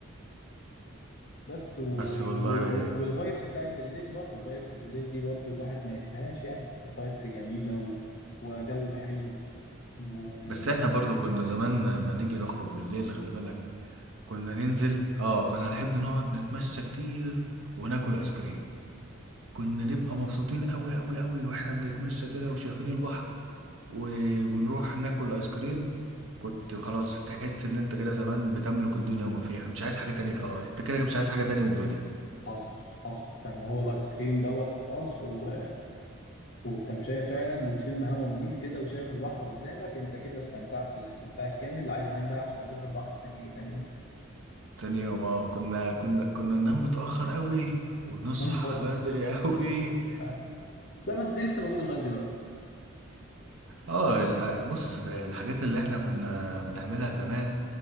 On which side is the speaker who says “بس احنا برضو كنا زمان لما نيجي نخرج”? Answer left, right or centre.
Right